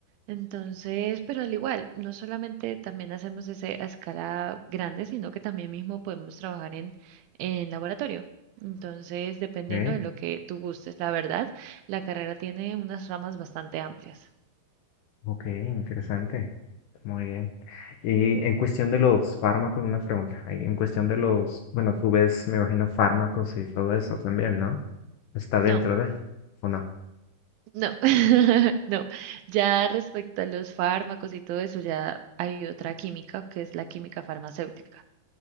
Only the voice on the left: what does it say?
Ok,
ok, interesante. Muy bien. Y en cuestión de los fármacos, una pregunta. ahí, En cuestión de los, bueno, tú ves, me imagino, fármacos y todo eso también, ¿no? Está
dentro de, ¿o no?